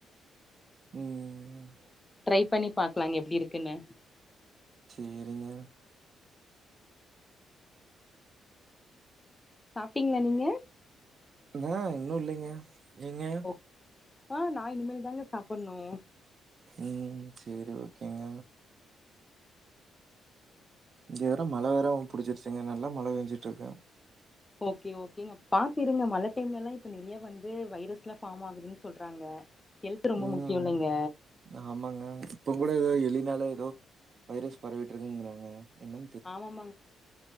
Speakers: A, on the right (about 50°); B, on the left (about 20°).
A: ம் அ
B: ட்ரை பண்ணி பாக்கலா எப்டி இருக்குன்னு
A: சேரிங்க
B: சாப்டிங்ளா நீங்க
A: நா இன்னு இல்லைங்க நீங்க
B: ஓ ஆ நா இனிமேல் தாங்க சாப்புட்ணு
A: ம் சேரி ஓகேங்க இங்க வேற மழை வேறு பிடிச்சிருச்சுங்க நல்ல மழை பெஞ்சிட்டிருக்கு
B: ஓகே ஓகேங்க அப்ப பாத்திருங்க மழை டைம்லல்லா இப்ப நெறைய வந்து வைரஸ் எல்லா ஃபார்ம் ஆகுதுன்னு சொல்றாங்க ஹெல்த் ரொம்ப
A: ம்
B: முக்கியோ இல்லைங்க
A: ஆமாங்க இப்ப கூட ஏதோ எலினால ஏதோ வைரஸ் பரவிட்டு இருக்குங்கறாங்க என்ன
B: ஆமாமாங்க